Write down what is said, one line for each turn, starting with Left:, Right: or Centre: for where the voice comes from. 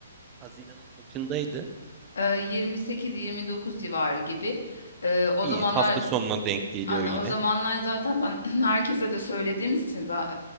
Right: Haziran'ın kaçındaydı?
Left: E, 28-29 civarı gibi. E, o
Right: İyi,
Left: zamanlar
Right: hafta sonuna denk geliyor
Left: hani
Right: yine.
Left: o zamanlar zaten ben <clears throat> herkese de söylediğimiz için za-